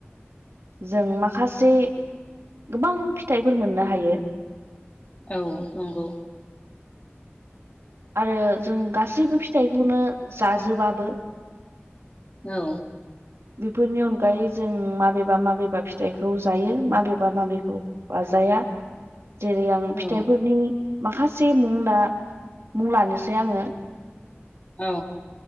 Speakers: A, on the right; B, on the left.
A: जों माखासे गोबां फिथाइफोर मोननो हायो
B: औ नंगौ
A: आरो जों गासैबो फिथाइखौनो जाजोबाबो
B: औ
A: बेफोरनि अनगायै जों माबेबा माबेबा फिथाइखौ जायो माबेबा माबेखौ जाया जेरै आं
B: औ
A: फिथाइफोरनि माखासे मुं दा मुं लानोसै आङो
B: औ